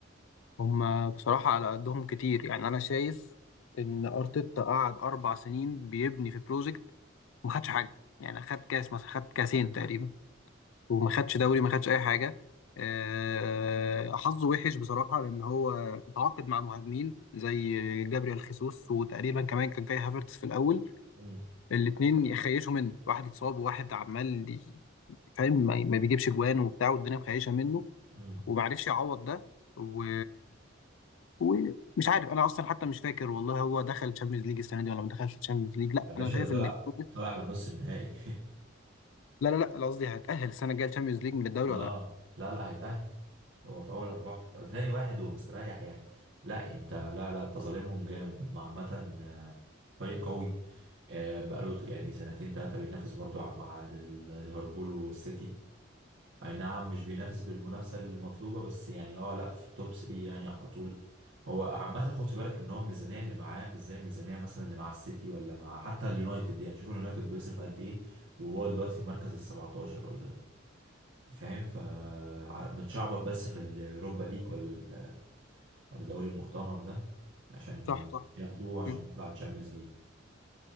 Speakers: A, on the left; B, on the right.
A: هم بصراحه على قدهم كتير يعني انا شايف ان ارتيتا قعد اربع سنين بيبني في بروجكت وما خدش حاجه يعني خد كاس مثلا خد كاسين تقريبا وما خدش دوري ما خدش اي حاجه أه حظه وحش بصراحه لان هو اتعاقد مع مهاجمين زي جابريال خيسوس وتقريبا كمان كان كاي هافرتس في الاول
B: مم.
A: الاتنين يخيشوا منه واحد اتصاب وواحد عمال فاهم ما ما بيجيبش جوان وبتاع والدنيا مخيشه منه
B: مم.
A: وما عرفش يعوض ده و ومش عارف انا اصلا حتى مش فاكر والله هو دخل تشامبيونز ليج السنه دي ولا ما دخلش تشامبيونز ليج لا
B: يا باشا
A: انا شايف
B: ده طلع
A: ان البطولة-
B: طلع من نص النهائي
A: لا لا لا أنا قصدي هتأهل السنه الجايه تشامبيونز ليج
B: <laughs>
A: من الدوري
B: اه
A: ولا لا
B: لا لا هيتأهل هو في اول اربعه ثاني واحد ومستريح يعني لا انت لا لا انت ظالمهم جامد هم عامه آه، فريق قوي آه، بقاله يعني سنتين ثلاثه بينافس برضو مع ال- ليفربول والسيتي اي نعم مش بينافس بالمنافسه المطلوبه بس يعني اه لا في التوب 3 يعني على طول هو عامه خد بالك ان هو الميزانيه اللي معاه مش زي الميزانيه مثلا اللي مع السيتي ولا مع حتى اليونايتد يعني شوف اليونايتد بيصرف قد ايه وهو دلوقتي في المركز ال 17 ولا ده فاهم ف ع- متشعبط بس في اليوروبا ليج ولا ولا دوري المؤتمر ده عشان ي-
A: صح صح
B: ياخدوه عشان
A: مم.
B: يطلع تشامبيونز ليج